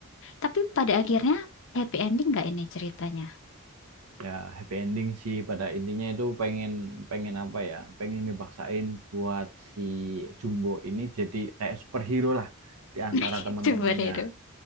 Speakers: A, on the left; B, on the right.
A: Tapi pada akhirnya happy ending nggak ini ceritanya?
B: ya happy ending sih pada intinya itu pengen pengen apa ya pengen dipaksain buat si Jumbo ini jadi kayak superhero lah di antara
A: <laughs>
B: teman-temannya
A: Superhero.